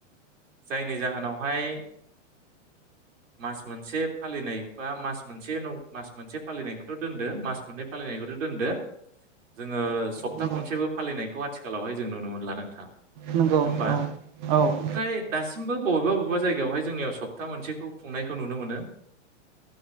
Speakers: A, on the right; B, on the right.
A: जायनि जाहोनावहाय मास मोनसे फालिनाय बा मास मोनसे न मास मोनसे फालिनायखौथ' दोनदो मास मोननै फालिनायखौथ' दोनदो जोङो सप्ता
B: नंगौ
A: खनसेबो फालिनायखौ आथिखालावहाय जों नुनो मोनला नोंथां।
B: नंगौ
A: नङा होमबा
B: औ। औ
A: नाथाय दासिमबो बबेबा बबेबा जायगायावहाय जोंनियाव सब बथा मोनसेखौ खुंनायखौ नुनो मोनो।